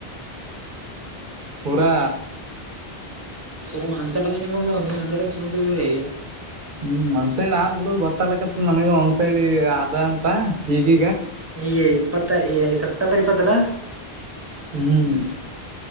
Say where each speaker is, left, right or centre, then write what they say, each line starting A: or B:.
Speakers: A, on the right; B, on the right.
A: ಪೂರೆ
B: ಪರ ಒಂದ್ಸಟ ನಿಮಗ ನಿ್ ಒಂದಡನ್ ಸುಮತರಿ
A: ಹ್ಮ್ ಒಂದ್ ಸೈಡ್ ಆದ್ ಬಿಡು ಗೊತ್ತಲಕ್ಕತ್ ನಮಗ ಒಂದ್ ಸೈಡ್ ಆದ ಅಂತ ಈಗ
B: ಈಗ ಇಪ್ಪತ್ತಾರ ಈ ಸೆಪ್ಟಂಬರ್ ಇಪ್ಪತ್ತ ಅಲ
A: ಹ್ಮ್